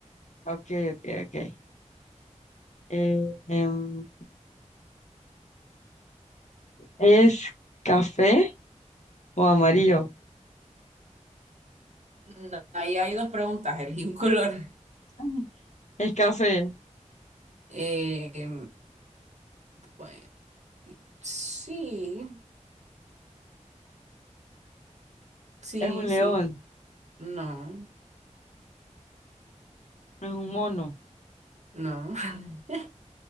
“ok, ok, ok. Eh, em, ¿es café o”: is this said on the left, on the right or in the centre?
Left